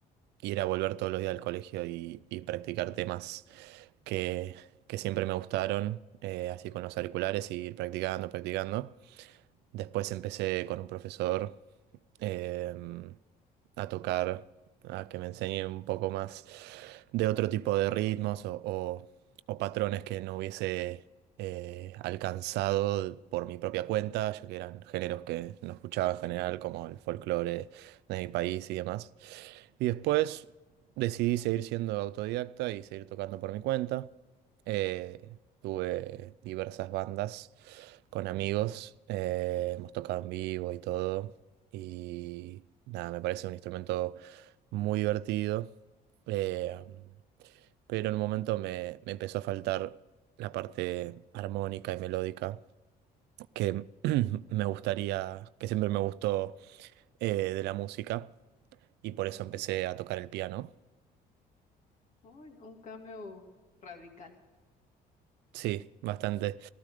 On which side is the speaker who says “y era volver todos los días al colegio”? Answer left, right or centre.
Right